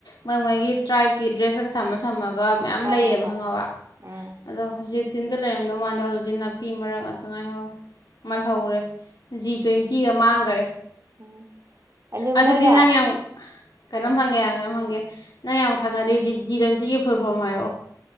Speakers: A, on the left; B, on the right.
A: ꯃꯣꯏ ꯃꯣꯏꯒꯤ ꯇ꯭ꯔꯥꯏꯞꯀꯤ ꯗ꯭ꯔꯦꯁꯀꯀ ꯊꯝꯃ ꯊꯝꯃꯒ ꯃꯌꯥꯝ
B: ꯍꯣꯏ
A: ꯂꯩꯌꯦꯕ
B: ꯍꯣꯏ ꯍꯣꯏ
A: ꯈꯪꯉꯕ
B: ꯎꯝ
A: ꯑꯗꯣ ꯍꯧꯖꯤꯛ ꯇꯇꯤꯟꯗ ꯂꯩꯔꯝꯗꯧ ꯃꯥꯟꯗ ꯍꯧꯖꯤꯛꯇꯤ ꯅꯥꯄꯤ ꯃꯔꯛ ꯉꯥꯛꯇ ꯉꯥꯏꯍꯧꯔꯦ
B: ꯎꯝ
A: ꯃꯥꯜꯍꯧꯔꯦ ꯖꯤ ꯇ꯭ꯋꯦꯟꯇꯤꯒ ꯃꯥꯡꯈꯔꯦ
B: ꯎꯝ ꯑꯗꯨ
A: ꯑꯗꯨꯗꯤ
B: ꯃꯣꯏꯅ
A: ꯅꯪ ꯌꯥꯝ ꯀꯩꯅꯣꯝ
B: ꯍꯥꯏꯔꯛꯑꯣ
A: ꯍꯪꯒꯦ ꯌꯥꯝ ꯀꯩꯅꯣꯝ ꯍꯪꯒꯦ ꯅꯪ ꯌꯥꯝ ꯈꯪꯉꯗꯦ ꯗꯤꯖꯟꯁꯤꯒꯤ ꯐꯨꯨꯔ ꯐ ꯍꯥꯏꯔꯛꯑꯣ